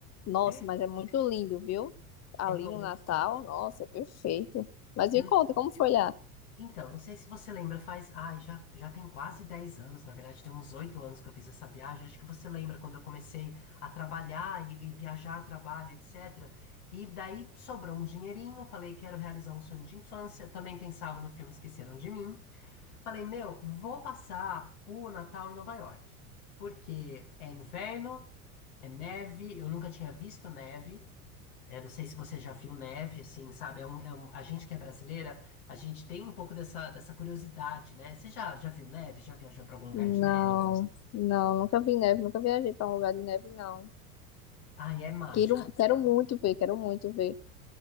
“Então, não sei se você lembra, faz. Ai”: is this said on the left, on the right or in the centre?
Left